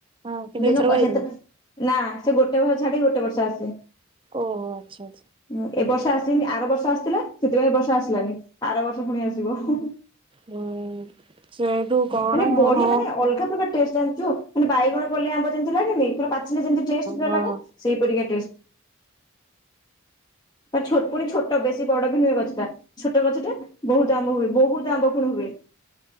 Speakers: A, on the right; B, on the left.
A: ହଁ
B: କିନ୍ତୁ
A: ଏଥରକ ହେଇନି
B: ସେତ ନା ସେ ଗୋଟେ ବର୍ଷ ଛାଡିିକି ଗୋଟେ ବର୍ଷ ଆସେ।
A: ଓହୋ ଆଛା।
B: ଏଁ ଏ ବର୍ଷ ଆସିନି ଆର ବର୍ଷ ଆସିଥିଲା ସେଥିପାଇଁ ଏ ବର୍ଷ ଆସିଲାନି ଆର ବର୍ଷ ପୁଣି ଆସିବ। ଥି ବ ହୁଁ ହୁଁ ହୁଁ
A: ହୁଁ ସେଇଠୁ କଣ
B: ମାନେ
A: ହଁ
B: ବଢିଆ
A: ହଁ ହଁ
B: ମାନେ ଅଲଗା ପ୍ରକାର। ଟେଷ୍ଟ ଜାଣିଛୁ ମାନେ ବାଇଗଣ ପଲେଇ ଆମ୍ବ ଯେମିତି ଲାଗେନି ପୁରା ପାିଚିଲେ ଯେମତି ଟେଷ୍ଟ ପୁରା
A: ହଁ
B: ଲାଗେ। ସେଇ ପରିକା ଟେଷ୍ଟ। ପା ଛୋଟ ପୁଣି ଛୋଟ ବେଶୀ ବଡ ବି ନୁହେଁ ଗଛଟା ଛୋଟ ଗଛଟା ବହୁତ। ଆମ୍ବ ହୁଏ ବହୁତ ଆମ୍ବ ପୁଣି ହୁଏ